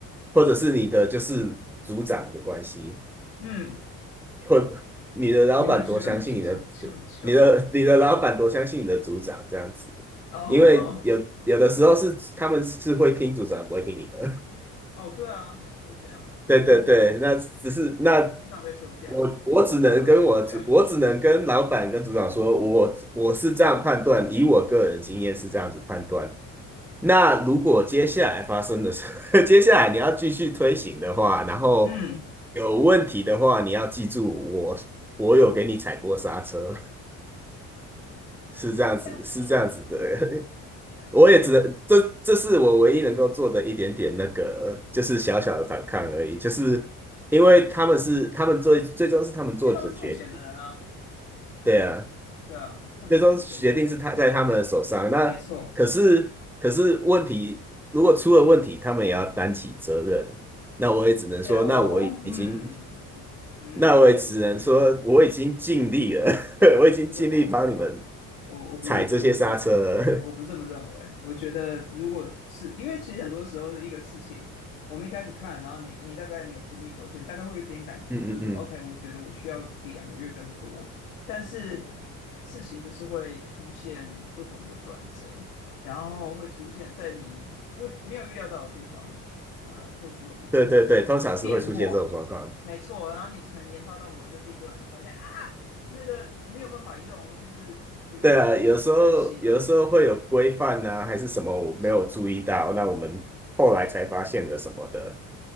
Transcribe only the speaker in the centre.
或者是你的就是组长的关系，
或你的老板多相信你的
你的你的老板多相信你的组长这样子，
因为有有的时候是他们是会听组长不会听你的，
对对对，
那只是那
我我只能跟我主我只能跟老板跟组长说，
我我是这样判断，以我个人经验是这样子判断。那如果接下来发生的事，<laughs> 接下来你要继续推行的话，然后
有问题的话，你要记住我我有给你踩过刹车，
是这样子是这样子的
我也只能这这是我唯一能够做的一点点那个，就是小小的反抗而已，就是因为他们是他们最最终是他们做的决定，
对啊，
最终决定是他在他们的手上。那可是可是问题，
如果出了问题，他们也要担起责任。那我也只能说，
那我已经，
那我也只能说，
我已经尽力了，<laughs> 我已经尽力帮你们
踩这些刹车了。<laughs>
嗯嗯嗯，
对对对，通常是会出现这种状况。
对啊，有时候有时候会有规范啊，还是什么我没有注意到，
那我们后来才发现的什么的。